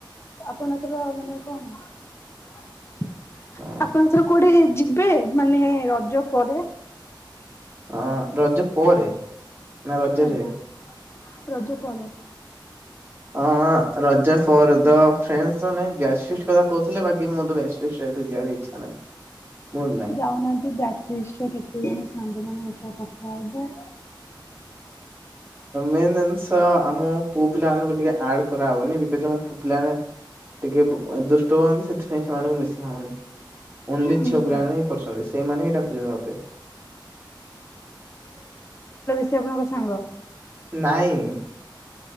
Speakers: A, on the left; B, on the right.
A: ପଣତ ରବନେ କଣ
B: ହଁ
A: ଆପଣ ତର କୋଉଠେ ଯିବେ ମାନେ ରଜ ପରେ
B: ହଁ ରଜ ପରେରେ ନା ରାଜଜରେ
A: ଆଜ୍ଞା। ରଜ ପରେ
B: ହଁ ରା ଫହୁଥିଲେ ବାକି ମୁଁ ତ <unintelligible> ଇଚ୍ଛା ନାହିଁ ମୁଡ୍ ନାହିଁ।
A: ଯାଉନାହାନ୍ତି ବ୍ୟା କେତେ ଦିନ ସାଙ୍ଗମାନେ ପ କଥା ହବ
B: ମେ ଜିନିଷ ଆମ ପୁଅ ପିଲା ମାନଙ୍କୁ ଟିକେ ଆଡ କରାହବନି ବିକଜ ଆମ ପୁଅ ପିଲାମାନେ ଟିକେ ଦୁଷ୍ଟ ହୁଅନ୍ତି ସେଥିପାଇଁ ସେମାନଙ୍କୁ ମିଶି ହଉନି ନ୍ଲି
A: ହୁଁ
B: ଝିଅ ବାନ ହ କରୁଛନ୍ତି ସେଇମାନେ ହିଁ ଡାକୁଛନ୍ତି ମତେ
A: ସେ ଆପଣଙ୍କ ସାଙ୍ଗ
B: ନାଇଁ